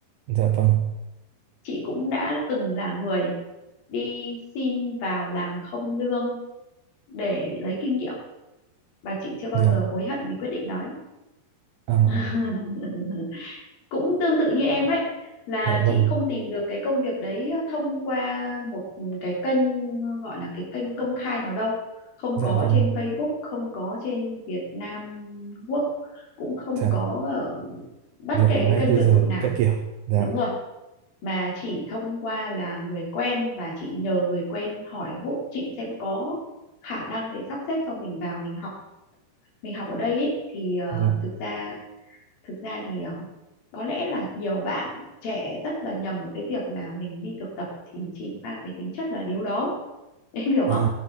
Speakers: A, on the right (about 75°); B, on the left (about 75°).
A: Dạ vâng.
B: Chị cũng đã từng là người đi xin vào làm không lương để lấy kinh nghiệm và chị chưa bao
A: Dạ.
B: giờ hối hận vì quyết định đó ấy.
A: À,
B: <laughs> cũng tương tự như em ấy là
A: <laughs> dạ
B: chị
A: vâng.
B: không tìm được cái công việc đấy thông qua một cái kênh gọi là cái kênh công khai nào đâu không
A: Dạ
B: có
A: vâng.
B: trên Facebook không có trên Việt Nam Quốc cũng không
A: dạ
B: có ở bất
A: việc
B: kể
A: làm
B: cái
A: 24
B: kênh tuyển
A: giờ
B: dụng nào
A: các kiểu dạ
B: đúng rồi mà chỉ thông qua là người quen và chị nhờ người quen hỏi hộ chị xem có khả năng để sắp xếp cho mình vào mình học mình học ở đây ý, thì ờ,
A: dạ
B: thực ra thực ra thì ờ, có lẽ là nhiều bạn trẻ rất là nhầm ở cái việc là mình đi thực tập thì chỉ mang cái tính chất là điếu đóm <laughs> em hiểu
A: à
B: không